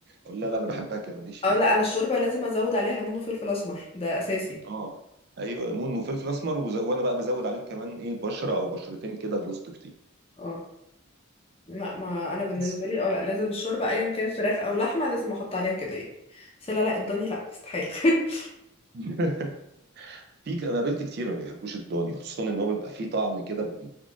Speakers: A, on the right (about 50°); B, on the left (about 30°).
A: اقول لها لا انا بحبها كده ماليش فيه
B: اه لا انا الشوربه لازم ازود عليها ليمون وفلفل اسمر ده اساسي
A: اه ايوه ليمون وفلفل اسمر وز... وانا بقى بزود عليهم كمان ايه بشره او بشرتين كده جوزة الطيب
B: اه لا ما انا بالنسبه
A: بس
B: لي اه لا لازم الشوربه ايا كان فراخ او لحمه لازم احط عليها كده ايه بس لا لا الضاني لا استحيل <laughs>
A: <laughs> في ك- انا قابلت كتير ما بيحبوش الضاني خصوصا ان هو بيبقى فيه طعم كده ب-